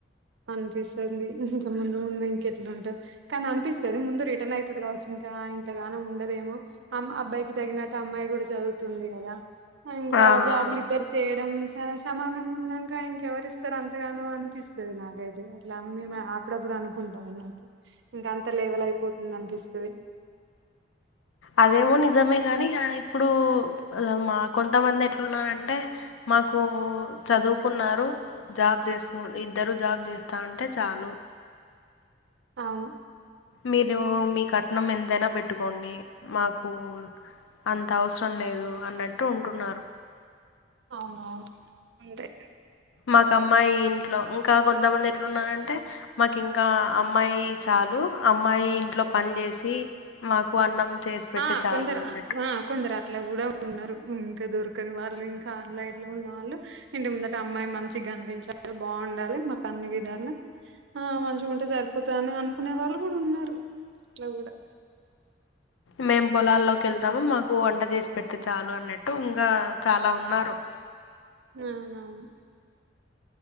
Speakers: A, on the right; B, on the left.
A: అనిపిస్తుంది ఇంక ముందు ముందు ఇంక ఎట్లా ఉంటావ్ కానీ అనిపిస్తది ముందు రిటర్న్ అయితది కావచ్చు ఇంకా ఇంతగానం ఉండదేమో అమ్ అబ్బాయికి తగినట్టు అమ్మాయి కూడా చదువుతుంది కదా ఇంకా
B: ఆ ఆ
A: జాబులు ఇద్దరు చేయడం స సమానంగా ఉన్నా ఇంకెవరిస్తారు అంతగానం అనిపిస్తది నాకైతే అట్లా మేము అప్పుడప్పుడు అనుకుంటాం అనట్టు ఇంకా అంత లేవల్ అయిపోతుంది అనిపిస్తది
B: అదేమో నిజమే కాని ఇగ ఇప్పుడు మా కొంతమంది ఎట్లున్నారంటే మాకు చదువుకున్నారు జాబ్ చేసుకు ఇద్దరు జాబ్ చేస్తా ఉంటే చాలు
A: అవును
B: మీరు మీ కట్నం ఎంతైనా పెట్టుకోండి మాకు అంత అవసరం లేదు అన్నట్టు ఉంటున్నారు
A: అవునవును అంతే
B: మాకు అమ్మాయి ఇంట్లో ఇంకా కొంతమంది ఎట్లున్నారంటే మాకు ఇంకా అమ్మాయి చాలు అమ్మాయి ఇంట్లో పని చేసి మాకు అన్నం చేసి పెడితే
A: ఆ
B: చాలు
A: కొందరు
B: అన్నట్టు
A: ఆ కొందరు అట్లా కూడా ఉన్నారు ఇంకా దొరకని వాళ్ళు ఇంకా ఆన్లైన్లో ఉన్న వాళ్ళు ఇంటి ముందట అమ్మాయి మంచి గనిపించాలి బాండాలి మాకు అన్ని విధాల ఆ మంచిగా ఉంటే సరిపోతది అని అనుకునే వాళ్ళు కూడా ఉన్నారు అట్లా కూడా
B: మేమ్ పొలాల్లోకి వెళ్తాము మాకు వంట చేసి పెట్తే చాలు అన్నట్టు ఇంకా చాలా ఉన్నారు
A: అవునవును